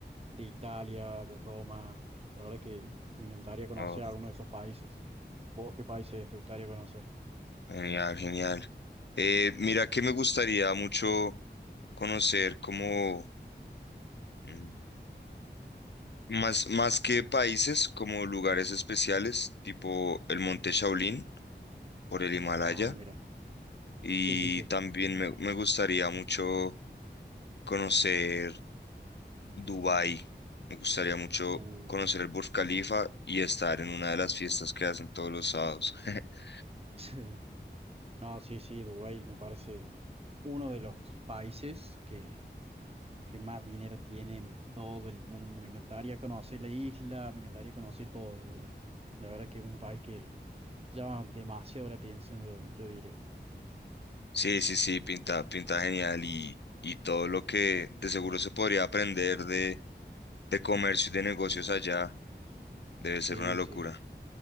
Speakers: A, on the right (about 30°); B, on the left (about 70°).
A: de Italia, de Roma. La verdad que me encantaría conocer
B: Oh,
A: alguno de esos países. ¿Vos qué países te gustaría conocer?
B: genial, genial. Eh, mira, que me gustaría mucho conocer como mm, más, más que países, como lugares especiales, tipo el Monte Shaolin por el Himalaya.
A: Ah, mira.
B: Y
A: Sí, sí, sí.
B: también me, me gustaría mucho conocer Dubái. Me gustaría mucho
A: Uh.
B: conocer el Burj Khalifa y estar en una de las fiestas que hacen todos los sábados. <laughs>
A: <laughs> No, sí, sí, Dubái me parece uno de los países que que más dinero tiene en todo el mundo. Me encantaría conocer la isla, me encantaría conocer todo de Dubái. La verdad que es un país que llama demasiado la atención, yo, yo diría.
B: Sí, sí, sí, pinta, pinta genial y, y todo lo que de seguro se podría aprender de, de comercio y de negocios allá debe
A: Sí,
B: ser una locura.
A: sí, sí.